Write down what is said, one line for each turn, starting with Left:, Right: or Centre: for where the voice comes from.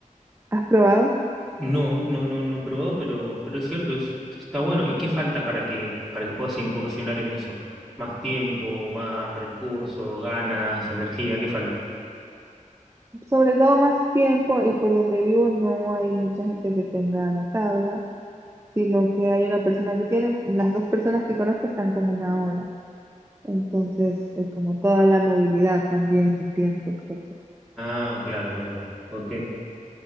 Right: ¿Has probado?
Centre: No, no, no, no he probado, pero, pero es cierto, es, está está bueno. ¿Y qué falta para que, para que puedas incursionar en eso? ¿Más tiempo, más recursos, ganas, energía? ¿Qué falta?
Right: Sobre todo más tiempo y por donde vivo no hay mucha gente que tenga la tabla, sino que hay una persona que tiene, y las dos personas que conozco están como una hora. Entonces, es como toda la movilidad también de tiempo, etc.
Centre: Ah, claro, claro, claro. Ok.